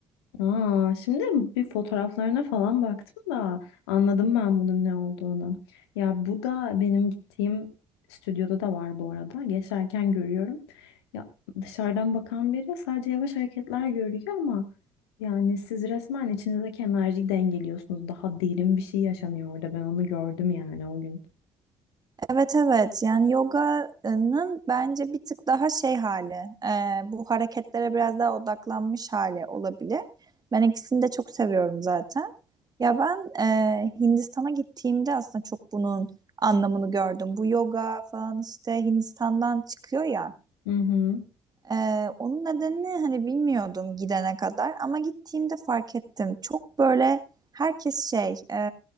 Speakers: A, on the left; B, on the right.
A: Aa, şimdi bir fotoğraflarına falan baktım da anladım ben bunun ne olduğunu. Ya bu da benim gittiğim stüdyoda da var bu arada. Geçerken görüyorum. Ya dışarıdan bakan biri sadece yavaş hareketler görüyor ama yani siz resmen içinizdeki enerjiyi dengeliyorsunuz. Daha derin bir şey yaşanıyor orada. Ben onu gördüm yani o gün.
B: Evet evet yani yoganın bence bir tık daha şey hali e, bu hareketlere biraz daha odaklanmış hali olabilir. Ben ikisini de çok seviyorum zaten. Ya ben e, Hindistan'a gittiğimde aslında çok bunun anlamını gördüm. Bu yoga falan işte Hindistan'dan çıkıyor ya.
A: Hı hı.
B: Ee, onun nedenini hani bilmiyordum gidene kadar ama gittiğimde fark ettim. Çok böyle herkes şey e,